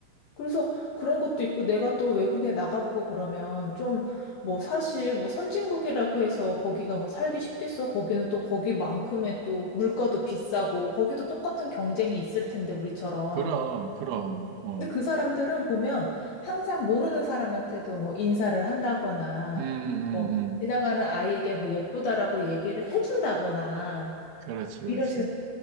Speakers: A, on the left (about 80°); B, on the right (about 80°).
A: 그래서 그런 것도 있고 내가 또 외국에 나가보고 그러면 좀 뭐 사실 뭐 선진국이라고 해서 거기가 뭐 살기 쉽겠어? 거기는 또 거기만큼의 또 물가도 비싸고 거기도 똑같은 경쟁이 있을 텐데 우리처럼.
B: 그럼, 그럼, 어.
A: 근데 그 사람들은 보면 항상 모르는 사람한테도 뭐 인사를 한다거나,
B: 음, 음,
A: 뭐
B: 음.
A: 지나가는 아이에게 뭐 예쁘다라고 얘기를 해준다거나,
B: 그렇지, 그렇지.
A: 이런 식으로